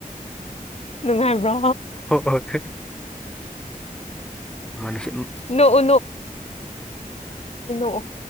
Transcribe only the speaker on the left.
ꯅꯨꯡꯉꯥꯏꯕ꯭ꯔꯣ
ꯅꯣꯛꯎ ꯑꯣꯐ